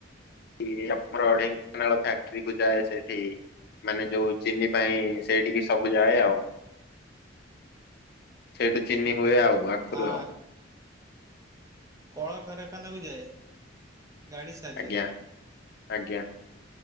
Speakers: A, on the left; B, on the right.
A: କି ଆମର ଢେଙ୍କାନାଳ ଫ୍ୟାକ୍ଟ୍ରିକୁ ଯାଏ ସେଠି ମାନେ ଯୋଉ ଚିନି ପାଇଁ ସେଇଠିକି ସବୁ ଯାଏ ଆଉ, ସେଇଠୁ ଚିନି ହୁଏ ଆଉ। ଆଖୁରୁ
B: ଆ,
A: ଆଉ
B: କଳ କାରଖାନାକୁ ଯାଏ। ଗାଡ଼ି ସାହାଯ୍ୟରେ
A: ଆଜ୍ଞା ଆଜ୍ଞା।